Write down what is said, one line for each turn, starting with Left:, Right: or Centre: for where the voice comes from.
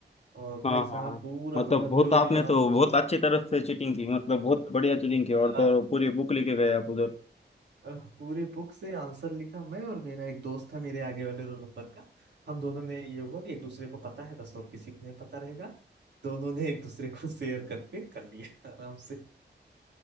Right: और
Left: हाँ
Right: भाई साहब
Left: हाँ हाँ
Right: पूरा
Left: मतलब
Right: मतलब
Left: बहुत
Right: जो
Left: आपने
Right: भी आंसर
Left: तो बहुत अच्छी तरफ से चीटिंग की मतलब बहुत बढ़िया चीटिंग की और
Right: थे
Left: तो और पूरी बुक लेके गए आप उधर
Right: अ, पूरी बुक से आंसर लिखा मैं और मेरा एक दोस्त था मेरे आगे वाले रोल नंबर का हम दोनों ने ये हुआ कि एक दूसरे को पता है बस और किसी को नहीं पता रहेगा दोनों ने एक दूसरे को शेयर करके कर लिया <laughs> आराम से